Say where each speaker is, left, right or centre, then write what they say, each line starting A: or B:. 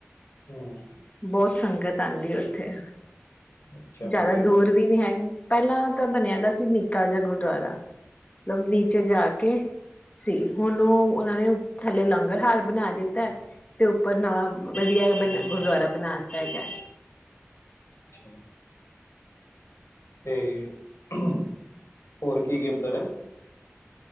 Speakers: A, on the left (about 70°); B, on the left (about 30°).
A: ਹਮ।
B: ਬਹੁਤ ਸੰਗਤ ਆਉਂਦੀ। ਉੱਥੇ
A: ਅੱਛਾ
B: ਜ਼ਿਆਦਾ
A: ਵਧੀਆ
B: ਦੂਰ
A: ਗੱਲ
B: ਵੀ ਨਹੀਂ ਹੈਗੀ। ਪਹਿਲਾਂ ਤਾਂ ਬਣਿਆ ਦਾ ਸੀ ਨਿੱਕਾ ਜਿਹਾ ਗੁਰਦੁਆਰਾ, ਮਤਲਬ ਨੀਚੇ ਜਾ ਕੇ ਸੀ। ਹੁਣ ਉਹ ਉਹਨਾਂ ਨੇ ਥੱਲੇ ਲੰਗਰ ਹਾਲ ਬਣਾ ਦਿੱਤਾ। ਤੇ ਉੱਪਰ ਨਵਾਂ ਵਧੀਆ ਬ ਗੁਰਦੁਆਰਾ ਬਣਾ ਦਿੱਤਾ ਹੈਗਾ।
A: ਅੱਛਾ <unintelligible> ਤੇ, ਹੋਰ ਕੀ -ਕੀ ਉੱਧਰ ਹੈ।